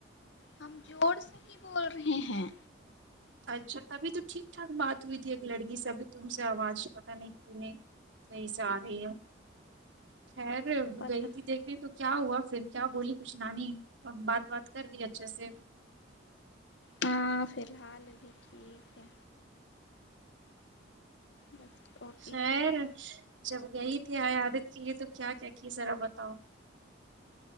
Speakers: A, on the left (about 65°); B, on the right (about 70°).
A: ہم جوڑ سے ہی بول رہے ہیں
B: اچھا تبھی تو ٹھیک ٹھاک بات ہوئی تھی ایک لڑکی سے اب تم سے آواز پت نہیں کیوں نہیں صحیح سے آ رہی ہے خیر
A: پتا
B: گئی تھی دیکھنے تو کیا ہوا پھر کیا بولی کچھ نانی بات بات کر رہی اچھے سے
A: ہاں فی الحال بھی ٹھیک ہے بس پروٹین
B: سر
A: والا
B: <unintelligible> جب گئی تھی آ عادت کے لیے تو کیا کیا کی ذرا بتاؤ